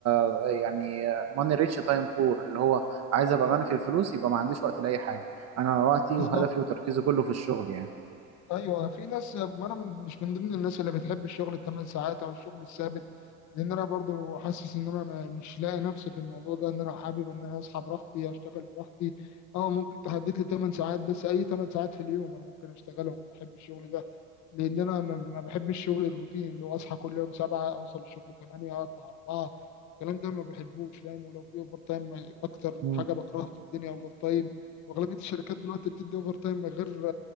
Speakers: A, on the right; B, on the left.
A: آه، يعني ماني ريتش تايم بور اللي هو عايز ابقى غني في الفلوس يبقى ما عنديش وقت لاي حاجه انا وقتي
B: بالظبط
A: وهدفي وتركيزي كله في الشغل يعني
B: ايوه في ناس ما انا من- مش من ضمن الناس اللي بتحب الشغل الثمان ساعات او الشغل الثابت لان انا برضو حاسس ان انا ما- مش لاقي نفسي في الموضوع ده ان انا حابب ان انا اصحى براحتي اشتغل براحتي اه ممكن تحدد لي 8 ساعات بس اي 8 ساعات في اليوم انا ممكن اشتغلهم بحب الشغل ده لان انا ما ما بحبش الشغل الروتيني اللي هو اصحى كل يوم 7 اوصل الشغل 8 اطلع 4 الكلام ده ما بحبوش فاهم ولو في اوفر تايم اكتر
A: مم.
B: حاجه بكرهها في الدنيا اوفر تايم واغلبيه الشركات دلوقتي بتدي اوفر تايم من غير